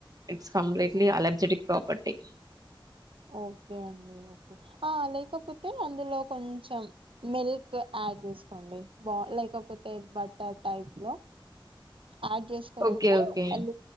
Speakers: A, on the right; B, on the right.
A: ఇట్స్ కంప్లీట్లీ అలర్జెటిక్ ప్రాపర్టీ
B: ఓకే అండి ఓకె లేకపోతే అందులో కొంచెం మిల్క్ అ ఆడ్ చేసుకోండి బా లేకపోతే బట్టర్ టైప్ లో ఆడ్ చేసుకొని
A: ఓకే.
B: ఉంటే
A: ఓకే.
B: అళ్ళు